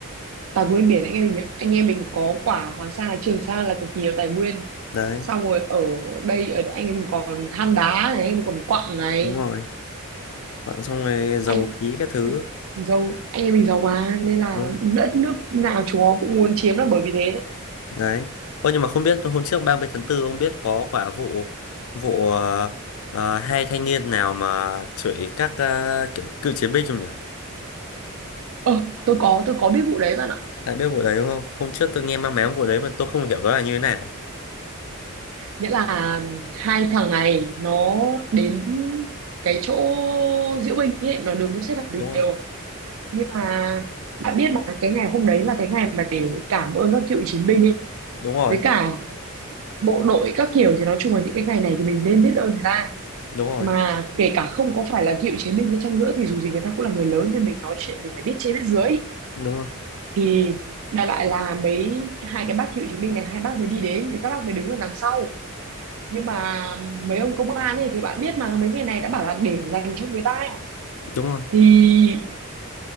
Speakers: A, on the right (about 70°); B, on the left (about 70°).
A: tài nguyên biển anh em mình anh em mình có quả Hoàng Sa Trường Sa là cực nhiều tài nguyên
B: đấy
A: xong rồi ở đây ở anh em mình còn than đá này mình còn quặng này
B: đúng rồi quặng xong rồi dầu
A: anh
B: khí các thứ
A: giàu anh em mình giàu mà nên là
B: đúng không?
A: đất nước nào chúng nó cũng muốn chiếm là bởi vì thế
B: đấy ô nhưng mà không biết hôm trước 30 tháng tư ông biết có quả vụ vụ ờ, ờ, hai thanh niên nào mà chửi các ờ, kiểu cựu chiến binh không nhỉ
A: ờ tôi có tôi có biết vụ đấy bạn ạ
B: đã biết vụ đấy đúng không hôm trước tôi nghe mang máng
A: Ờ,
B: vụ đấy mà tôi không hiểu đó là như thế nào
A: nghĩa là hai thằng này nó đến cái chỗ diễu binh ấy nó đứng xếp hàng từ
B: đúng rồi
A: nhiều nhưng mà bạn biết mà cái ngày hôm đấy là cái ngày mà để cảm ơn các cựu chiến binh ấy
B: đúng rồi
A: với cả bộ đội các kiểu thì nói chung là những cái ngày này thì mình nên biết ơn người ta
B: đúng rồi
A: mà kể cả không có phải là cựu chiến binh đi chăng nữa thì dù gì người ta cũng là người lớn nên mình nói chuyện mình phải biết trên biết dưới
B: đúng rồi
A: thì đại loại là mấy hai cái bác cựu chiến binh này hai bác mới đi đến thì các bác mới đứng ở đằng sau nhưng mà mấy ông công an ấy thì bạn biết mà mấy ngày này đã bảo là để dành cho người ta ấy.
B: đúng rồi
A: thì